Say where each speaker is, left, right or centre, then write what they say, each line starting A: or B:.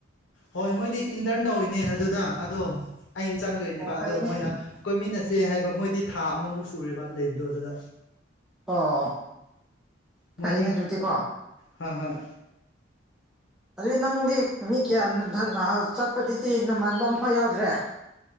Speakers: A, on the left; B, in the centre.
A: ꯍꯣꯏ ꯃꯣꯏꯗꯤ ꯏꯟꯇꯔꯟ ꯇꯧꯋꯤꯅꯦ ꯑꯗꯨꯗ ꯑꯗꯣ ꯑꯩꯅ ꯆꯪꯗꯣꯏꯅꯦꯕ
B: ꯑꯣ ꯐꯩꯅꯦ
A: ꯑꯗꯣ ꯃꯣꯏꯅ ꯀꯣꯏꯃꯤꯟꯅꯁꯦ ꯍꯥꯏꯕ ꯃꯣꯏꯗꯤ ꯊꯥ ꯑꯃꯃꯨꯛ ꯁꯨꯔꯦꯕ ꯂꯩꯕꯗꯣ ꯑꯗꯨꯗ
B: ꯑꯣ
A: ꯃꯣꯏꯗꯤ
B: ꯐꯩꯅꯦ ꯑꯗꯨꯗꯤꯀꯣ
A: ꯍꯣꯏ ꯍꯣꯏ
B: ꯑꯗꯨꯏ ꯅꯪꯗꯤ ꯃꯤ ꯀꯌꯥ ꯆꯠꯄꯗꯨꯗꯤ ꯅꯃꯥꯟꯕ ꯑꯃꯝꯐꯥꯎ ꯌꯥꯎꯗ꯭ꯔꯦ <inaudible>